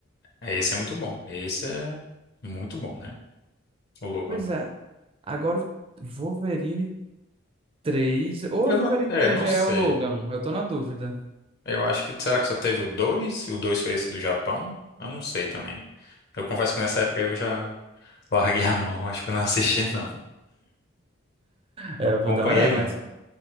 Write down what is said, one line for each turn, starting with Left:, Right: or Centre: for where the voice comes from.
Left: Esse é muito bom. Esse é muito bom, né? O Logan.
Right: Pois é, agora o Wolverine três ou
Left: Eu
Right: o Wolverine
Left: não, é,
Right: três
Left: eu não
Right: já
Left: sei.
Right: é o Logan, eu tô na dúvida.
Left: Eu acho que será que só teve o 2 e o 2 foi esse do Japão? Eu não sei também. Eu confesso que nessa época eu já larguei a mão, acho que eu não assisti <laughs> não.
Right: É,
Left: Não acompanhei
Right: eu vou dar uma olhada, mas
Left: muito.